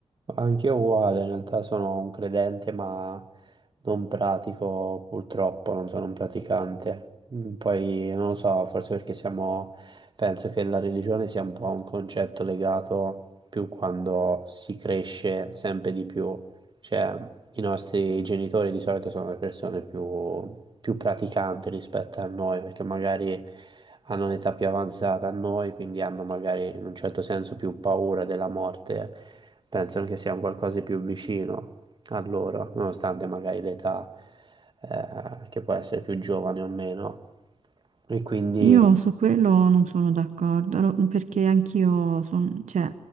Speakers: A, on the right (about 40°); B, on the right (about 80°).
A: Anch'io uguale, in realtà sono un credente, ma non pratico purtroppo, non sono un praticante. Mm, Poi non lo so, forse perché siamo, penso che la religione sia un po' un concetto legato più quando si cresce sempre di più. Cioè, I nostri genitori di solito sono le persone più, più praticanti rispetto a noi, perché magari hanno un'età più avanzata a noi, quindi hanno magari in un certo senso più paura della morte, pensano che sia un qualcosa di più vicino a loro, nonostante magari l'età eh, che può essere più giovane o meno. E quindi...
B: Io su quello non sono d'accordo, allo- perché anch'io son- cioè,